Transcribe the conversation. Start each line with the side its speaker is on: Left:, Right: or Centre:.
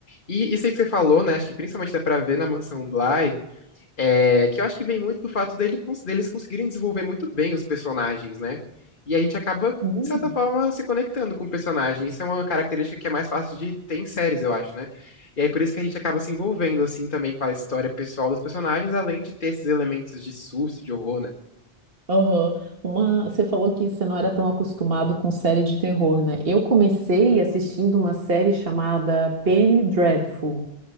Left: E isso aí que você falou, né? Acho que principalmente dá pra ver na Mansão Bly, é, que eu acho que vem muito do fato dele, cons- deles conseguirem desenvolver muito bem os personagens, né? E a gente acaba,
Right: Hum,
Left: de certa forma, se conectando com o personagem. Isso é uma característica que é mais fácil de ter em séries, eu acho, né? E aí por isso que a gente acaba se envolvendo, assim, também com a história pessoal dos personagens, além de ter esses elementos de susto, de horror, né?
Right: aham. Uma, você falou que você não era tão acostumado com série de terror, né? Eu comecei assistindo uma série chamada Penny Dreadful.